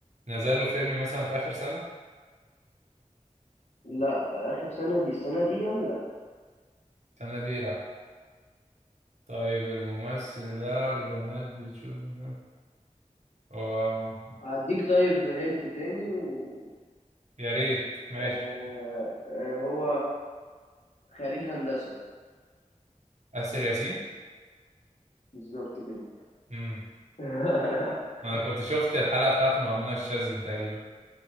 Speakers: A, on the right (about 60°); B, on the left (about 55°).
A: نزل له فيلم مثلا في آخر سنة
B: لا آه، اخر سنه دي السنه دي يعني لا
A: السنة دي لا طيب الممثل ده البنات بتشوفه هو
B: هديك طيب هنت تاني و
A: يا ريت ماشي
B: آه آه هو خريج هندسه
A: آسر ياسين
B: بالظبط كده
A: امم
B: <laughs>
A: انا كنت شفت الحلقة بتاعته مع منى الشاذلي تقريبا